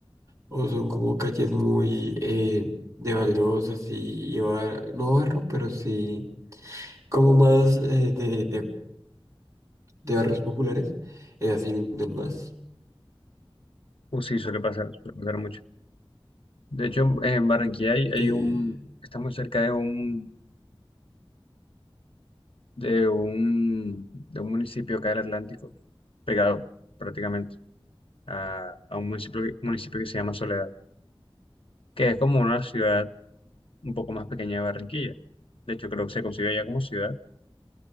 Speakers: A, on the right; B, on the left.
A: O son como calles muy eh, de baldosas y, y bar- no barro, pero sí como más eh, de, de, de barrios populares, eh, así inundan más.
B: Uf, sí, suele pasar, suele pasar mucho. De hecho, en Barranquilla hay, hay
A: Eh,
B: un, está muy cerca de un de un, de un municipio acá del Atlántico, pegado prácticamente a, a un municipio, que- municipio que se llama Soledad, que es como una ciudad un poco más pequeña de Barranquilla. De hecho, creo que se concibe ya como ciudad,